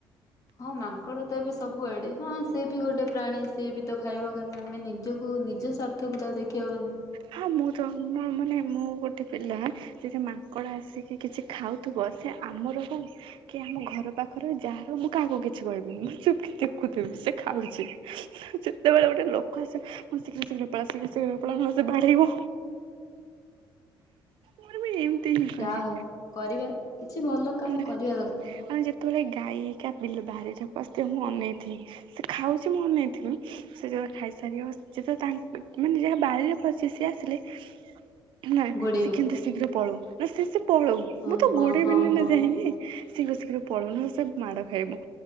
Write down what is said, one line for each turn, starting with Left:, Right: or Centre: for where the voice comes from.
Left: ହଁ ମାଙ୍କଡ ତ ଏବେ ସବୁଆଡେ ହଁ। ସେଏ ବି ଗୋଟେ ପ୍ରାଣୀ ସିଏ ବି ତ ଖାଇବ ଖାଲି ଆମେ ନିଜକୁ ନିଜ ସ୍ଵା ର୍ଥ କୁ ତ ଆଉ ଦେଖିହବନି।
Right: ହା ମୁଁ ତ ମୁଁ ମାନେ ମୁଁ ଗୋଟେ ପିଲା ସେଇ ମାଙ୍କଡ ଆସିକି କିଛି ଖାଉଥିବ ସେ ଆମର କଣ କି ଆମ ଘର ପାଖରେ ଯାହାର ମୁଁ କାହାକୁ କିଛି କହିବିନି। ମୁଁ ଚୁପକି ଦେଖୁଥିବି ସେ ଖାଉଚି। <unintelligible> ଯେତେବେଳେ ଗୋଟେ ଲୋକ ଆସେ। ମୁଁ ଶିଘ୍ର ଶିଘ୍ର ପଳା ଶିଘ୍ର ଶିଘ୍ର ପଳା ନହେଲେ ବାଢେଇବ ମର ବି ହିଁ କହେ।
Left: ଯାହା ହୋଉ କରିବା କିଛି ଭଲ କାମ
Right: ମାନେ
Left: କରିବା ଦରକାର
Right: ଯେତେବେଳେ ଗାଈ ଇକା ବିଲ ବାହାରେ ଯୋଉ ପସିଥିବେ ମୁଁ ଅନେଇଥିବି। ସେ ଖାଉଚି ମୁଁ ଅନେଇଥିମି। ସେ ଯେବେ ଖାଇସାରିବ ଯେତେବେଳେ ତାଙ୍କ ମାନେ ଯାହା ବାରିରେ ପସି ସିଏ ଆସିଲେ ନା
Left: ଗୋଡେଇବ।
Right: ସେ କେମିତି ଶୀଘ୍ର ପଳଉ ନା ସେ ସେ ପଳଉ।
Left: ହଁ
Right: ମୁଁ ତ
Left: ହଁ
Right: ଗୋଡୋଇବିନି
Left: ହଁ ହଁ।
Right: ନା ଯାଇଁକି। ଶୀଘ୍ର ଶୀଘ୍ର ପଳ‌ଉ ସେ ମାଡ ଖାଇବୁ।